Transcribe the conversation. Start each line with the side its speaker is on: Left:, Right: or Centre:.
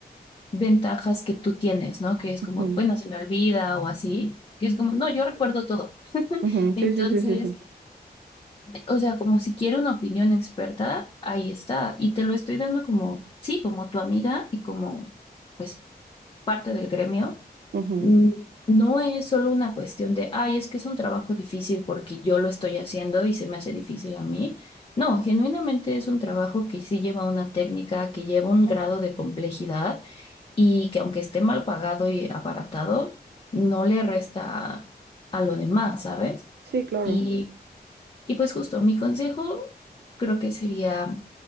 Left: ventajas que tú tienes, ¿no? Que es
Right: ujú,
Left: como, bueno, se me olvida o así, que es como, no, yo recuerdo todo.
Right: ujú.
Left: Entonces...
Right: Sí, sí, sí, sí, sí.
Left: O sea, como si quiero una opinión experta, ahí está. Y te lo estoy dando como, sí, como tu amiga y como, pues, parte del gremio.
Right: Ujú.
Left: Mm, No es solo una cuestión de, ay, es que es un trabajo difícil porque yo lo estoy haciendo y se me hace difícil a mí. No, genuinamente es un trabajo que sí lleva una técnica, que lleva un grado de complejidad y que aunque esté mal pagado y abaratado, no le resta a lo demás, ¿sabes?
Right: Sí, claro.
Left: Y y pues justo, mi consejo creo que sería,